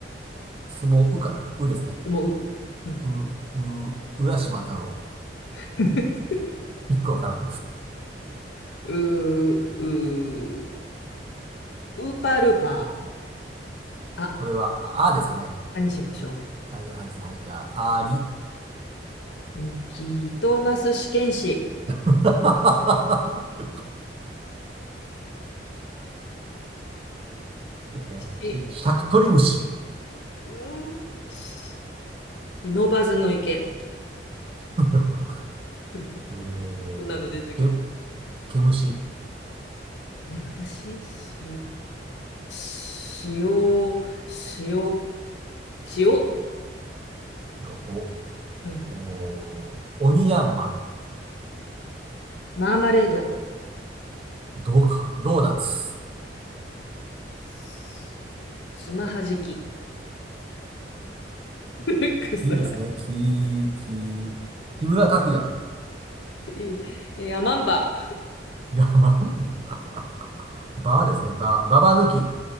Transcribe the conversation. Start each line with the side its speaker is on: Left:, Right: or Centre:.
Right: 相撲、うかな。うですね。
Left: すも、う。うん。
Right: う、う、浦島太郎。
Left: <laughs>
Right: よくわからん。
Left: う、う、う、うウーパールーパー。あ
Right: これは、あですかね。
Left: 何しましょ
Right: あ、あですね。はい、じゃあ、あり。
Left: う。うんジトーマス試験紙。
Right: <laughs> ですね。し、
Left: し、
Right: しゃくとり虫。
Left: うん、し不忍ばずの池。
Right: <laughs> なるほど。
Left: <laughs>
Right: えー、
Left: こんなの出てくる。
Right: け、毛虫。
Left: え、私、し、塩、塩、塩、
Right: お、
Left: うん。
Right: お、おにやんま。
Left: マーマレード。
Right: どうか、ドーナツ。
Left: つつまはじき。<laughs> なんかさ、
Right: いいですね。き、き、木村拓哉。
Left: えー、えマンバ。
Right: いや、<laughs> まんまバーですね。バー、ババ抜き。